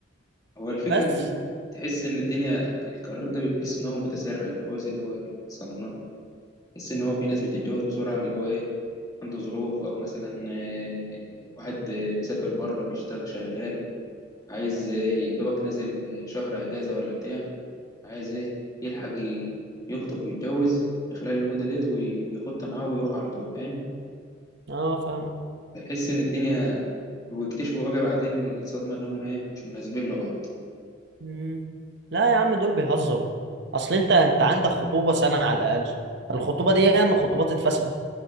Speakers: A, on the left (about 20°); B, on the right (about 60°).
A: هو الفكره
B: بس
A: ان تحس ان الدنيا القرار ده بيحس ان هو متسرع اللي هو زي اللي هو الصالونات تحس ان هو في ناس بتتجوز بسرعه اللي هو ايه عنده ظروف او مثلا آه، واحد آه، مسافر بره بيشتغل شغال عايز ايه يا دوبك نازل شهر اجازه ولا بتاع عايز ايه يلحق ي- يخطب ويتجوز في خلال المده ديت وياخدها معاه ويروح على طول فاهم
B: اه فاهمك
A: تحس ان الدنيا واكتشفوا بقى بعدين الصدمه ان هم ايه مش مناسبين لبعض
B: مم. لا يا عم دول بيهزروا اصل انت انت عندك خطوبة سنة على الاقل الخطوبة دي ياما خطوبات اتفسخ